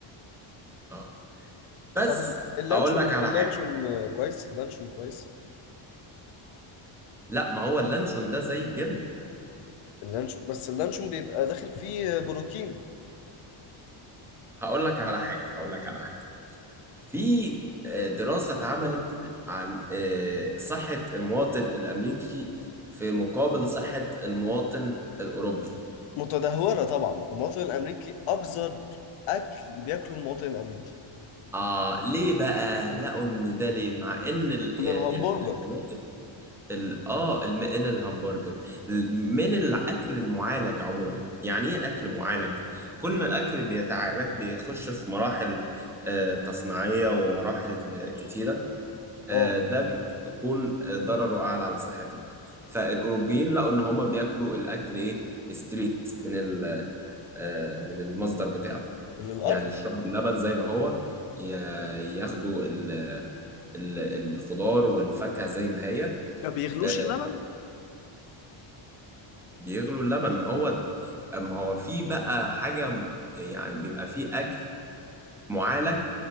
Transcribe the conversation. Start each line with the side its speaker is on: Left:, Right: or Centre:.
Centre: اه بس
Left: طب ال- اللانشون
Centre: اقول لك على
Left: اللانشون
Centre: حاجة
Left: آه، كويس اللانشون كويس
Centre: لا ما هو اللانشون ده زي الجبنة
Left: اللانشون بس اللانشون بيبقى داخل فيه بروتين
Centre: هقول لك على حاجة هقول لك على حاجة في آه، دراسة اتعملت عن آه، صحة المواطن الأمريكي في مقابل صحة المواطن الأوروبي
Left: متدهوره طبعا المواطن الامريكي اكثر اكل بياكله المواطن الامريكي
Centre: آه ليه بقى لقوا إن ده ليه مع إن ال
Left: من الهمبرجر
Centre: ال ال ال- اه الم- إن الهمبرجر ال- من الأكل المعالج عموما يعني إيه أكل معالج؟ كل ما الأكل بيتعالج بيخش في مراحل آه، تصنيعية ومراحل آه، كتيرة
Left: اه
Centre: آه، ده بيكون آه، ضرره اعلى على صحتك فالاوروبيين
Left: آه.
Centre: لقوا ان هما بياكلوا الاكل ايه ستريت من ال- آه، من المصدر بتاعه
Left: من الارض
Centre: يعني يشربوا اللبن زي ما هو ي- ياخدوا ال- ال- الخضار والفاكهة زي ما هي
Left: ما بيغلوش
Centre: آه،
Left: اللبن
Centre: بيغلوا اللبن ما هو ما هو في بقى حاجة م- يعني بيبقى فيه أكل معالج